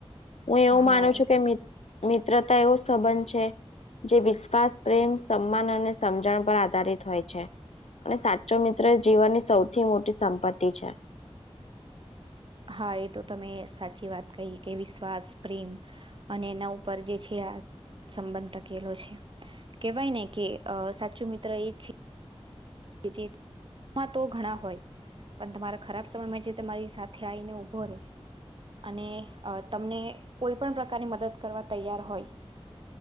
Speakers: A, on the left; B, on the right.
A: હું એવું
B: હા
A: માનું છું કે મિત મિત્રતા એવો સંબંધ છે. જે વિશ્વાસ, પ્રેમ, સમ્માન અને સમજણ પર આધારિત હોય છે. અને સાચો મિત્ર એ જીવનની સૌથી મોટી સંપત્તિ છે.
B: હા, એ તો તમે સાચી વાત કહી કે વિશ્વાસ, પ્રેમ. અને એના ઉપર જે છે આ સંબંધ ટકેલો છે. કેવાય ને કે અ સાછો મિત્ર એ છે. કે જે એમાં તો ઘણા હોય. પણ તમારા ખરાબ સમયમાં જે તમારી સાથે આવીને ઊભો રે. અને અ તમને કોઈ પણ પ્રકારની મદદ કરવા તૈયાર હોય.